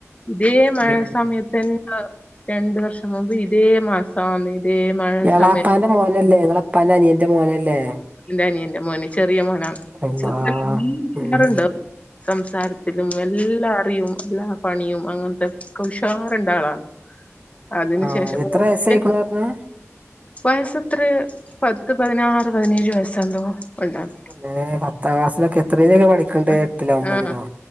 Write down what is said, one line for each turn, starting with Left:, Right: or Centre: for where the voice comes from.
Left: ഇതേ മഴ
Right: ഉം ഉം
Left: സമയത്ത രണ്ട് വർഷം മുമ്പ് ഇതേ മാസന്ന്. ഇതേ മഴ
Right: എളാപ്പാന്റെ
Left: സമയ
Right: മോനല്ലേ ഇങ്ങളെ ഉപ്പാന്റെ അനിയന്റെ മോനല്ലേ.
Left: പ്പാന്റെ അനിയന്റെ മോന് ചെറിയ മോനാണ്.
Right: അല്ലാ
Left: ചെറിയാരുണ്ട്
Right: ഉം
Left: <unintelligible> സംസാരത്തിലും എല്ലാ അറിയും എല്ല പണിയും അങ്ങനത്തെക്കെ ഉഷാറുണ്ട ആളാണ്. അതിന്
Right: ആ
Left: ശേഷം
Right: എത്ര
Left: ഓ,
Right: വയസ്സായിക്കണു
Left: ക്കെ
Right: പറഞ്ഞു
Left: വയസെത്രേ പത്ത്, പതിനാറ്, പതിനേഴ് വയസെന്തോ ഉണ്ടരുന്നു.
Right: പിന്നെ പത്താം ക്ലാസ്സിലൊക്കെ എത്രെലെനി പഠിക്കുന്നത്
Left: ആഹ്
Right: എട്ടിലോ, ഒമ്പതിലോ?
Left: ആഹ്